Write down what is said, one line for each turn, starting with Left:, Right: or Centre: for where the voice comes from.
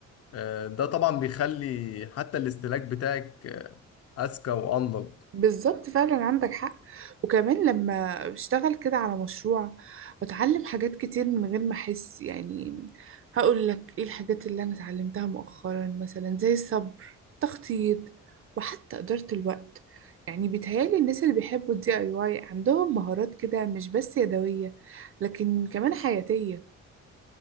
Left: آه، ده طبعا بيخلي حتى الاستهلاك بتاعك آه، أذكى وأنضج
Right: بالظبط فعلا عندك حق وكمان لما بشتغل كده على مشروع بتعلم حاجات كتير من غير ما احس يعني هقول لك ايه الحاجات اللي انا اتعلمتها مؤخرا مثلا زي الصبر التخطيط وحتى إدارة الوقت يعني بيتهيألي الناس اللي بيحبوا الدي اي واي عندهم مهارات كده مش بس يدوية لكن كمان حياتية